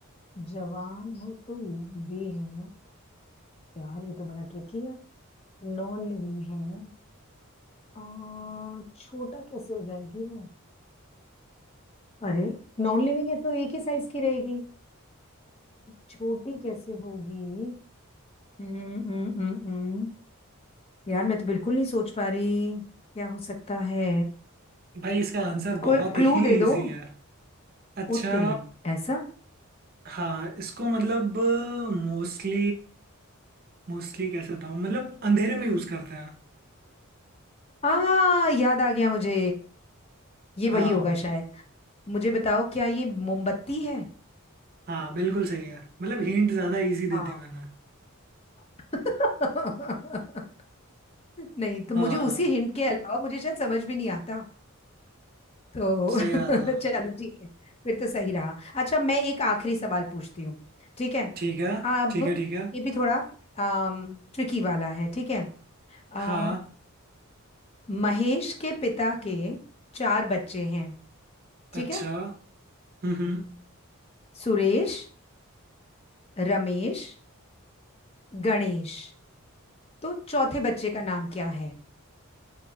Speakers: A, on the left (about 25°); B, on the right (about 45°).
A: जवान है तो लंबी है यार ये तो बड़ा ट्रिकी है नॉन लिविंग है आ, छोटा कैसे हो जाएगी वो अरे नॉन लिविंग है तो एक ही साइज की रहेगी आ, छोटी कैसे होगी हम्म हम्म हम्म हम्म। यार मैं तो बिल्कुल नहीं सोच पा रही क्या हो सकता है
B: भाई इसका आंसर
A: कोई
B: बहुत
A: क्लू
B: ही
A: दे
B: इजी
A: दो
B: है अच्छा
A: उत्तरी ऐसा
B: हाँ इसको मतलब मोस्टली मोस्टली कैसे बताऊँ मतलब अंधेरे में यूज करते हैं
A: आ याद आ गया मुझे ये वही
B: हाँ
A: होगा शायद मुझे बताओ क्या ये मोमबत्ती है
B: हाँ बिल्कुल सही है मतलब हिंट ज्यादा इजी
A: हाँ
B: दे दी मैंने
A: <laughs> नहीं तो
B: हाँ
A: मुझे उसी हिंट के अलावा मुझे शायद समझ भी नहीं आता तो
B: सही
A: <laughs>
B: रहा था
A: चलो ठीक है फिर तो सही रहा अच्छा मैं एक आखिरी सवाल पूछती हूँ ठीक है
B: ठीक है
A: अब
B: ठीक है ठीक है
A: ये भी थोड़ा ट्रिकी वाला है ठीक है आ,
B: हाँ
A: महेश के पिता के चार बच्चे हैं ठीक
B: अच्छा
A: है
B: हम्म हम्म
A: सुरेश रमेश गणेश तो चौथे बच्चे का नाम क्या है